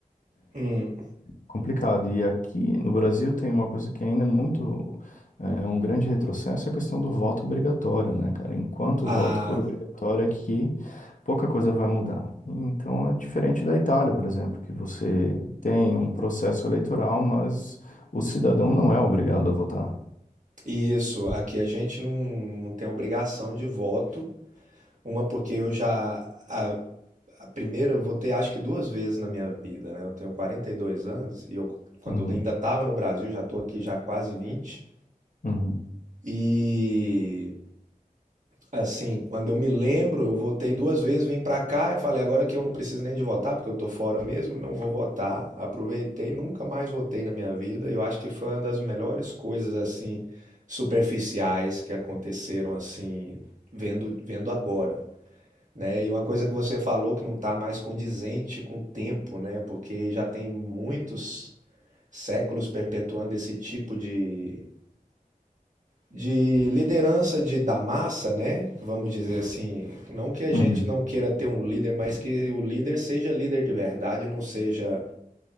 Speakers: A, on the right; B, on the left.
A: Hum,
B: Complicado. E aqui no Brasil tem uma coisa que ainda é muito é um grande retrocesso, é a questão do voto obrigatório, né, cara? Enquanto
A: ah,
B: o voto for obrigatório aqui, pouca coisa vai mudar. Então é diferente da Itália, por exemplo, que você tem um processo eleitoral, mas o cidadão não é obrigado a votar.
A: isso. Aqui a gente não, não tem obrigação de voto. Uma porque eu já, a- A primeira eu votei acho que duas vezes na minha vida, né? Eu tenho 42 anos e eu, quando
B: Uhum,
A: eu ainda estava no Brasil, já estou aqui já há quase vinte
B: uhum,
A: E assim, quando eu me lembro, eu votei duas vezes, vim para cá e falei agora que eu não preciso nem de votar, porque eu tô fora mesmo, não vou votar. Aproveitei, nunca mais votei na minha vida. E eu acho que foi uma das melhores coisas assim superficiais que aconteceram assim vendo vendo agora né? E uma coisa que você falou que não está mais condizente com o tempo, né? Porque já tem muitos séculos perpetuando esse tipo de, de liderança de, da massa, né? Vamos dizer assim, não que a gente
B: uhum.
A: não queira ter um líder, mas que o líder seja líder de verdade, não seja